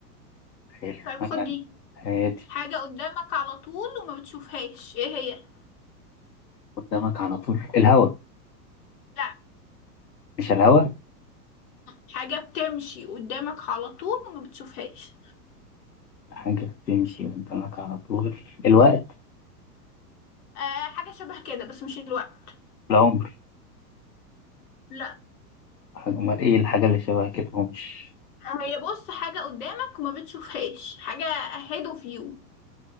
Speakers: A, on the left; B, on the left.
A: حلو
B: طيب
A: أنا
B: خد دي
A: هادي
B: حاجة قدامك على طول وما بتشوفهاش ايه هي
A: قدامك على طول الهواء
B: لا
A: مش الهواء
B: حاجة بتمشي قدامك على طول وما بتشوفهاش
A: حاجة بتمشي قدامك على طول الوقت
B: آه حاجة شبه كده بس مش الوقت
A: العمر
B: لا
A: حاجة أمال إيه الحاجة اللي شبه كده هو مش
B: هي بص حاجة قدامك وما بتشوفهاش حاجة ahead of you